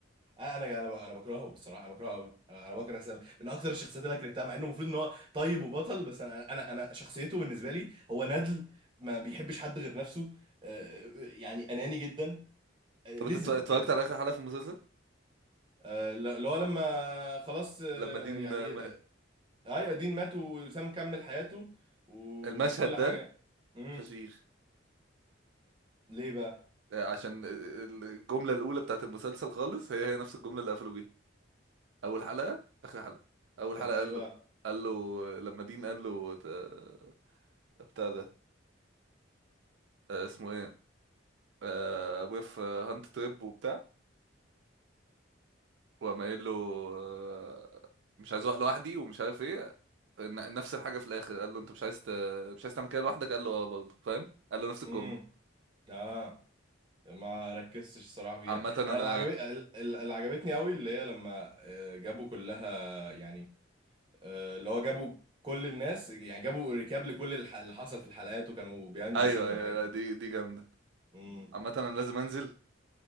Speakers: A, on the right; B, on the right.
A: انا انا ب- انا بكرهه بصراحه انا بكرهه قوي انا بكره سامي من اكتر الشخصيات اللي أنا كرهتها مع انه المفروض ان هو طيب وبطل بس انا انا انا شخصيته بالنسبه لي هو ندل ما بيحبش حد غير نفسه آه، يعني اناني جدا رزل
B: طب انت اتف- اتفرجت
A: هو
B: على اخر حلقة في المسلسل
A: آه، اللي هو لما خلاص آه،
B: لما دين
A: يعني
B: آه، مات
A: اي قديم مات وسام كمل حياته وكل
B: المشهد ده
A: حاجة امم
B: فشيخ
A: ليه بقى
B: آه، عشان ال- الجملة الأولى بتاعت المسلسل خالص هي هي نفس الجملة اللي قفلوا بيها أول حلقة آخر حلقة أول
A: كانت
B: حلقة
A: ايه
B: قال
A: بقى
B: له قال له لما دين قال له آه، بتاع ده آه، اسمه ايه آه، ابويا في هانت تريب وبتاع وقام قايل له آه، مش عايز اروح لوحدي ومش عارف ايه ن- نفس الحاجه في الاخر قال له انت مش عايز ت... مش عايز تعمل كده لوحدك قال له اه برضه فاهم قال له نفس الجمله
A: امم اه ما ركزتش الصراحة فيها
B: عامه انا
A: انا اللي عجب ال- ال- اللي عجبتني قوي اللي هي لما آه، جابوا كلها يعني آه، اللي هو جابوا كل الناس يعني جابوا ريكاب لكل الح- اللي حصل في الحلقات وكانوا بيهاند
B: ايوه
A: سين
B: ايوه
A: والحاجات
B: لا،
A: دي
B: دي دي جامده
A: امم
B: عامه انا لازم انزل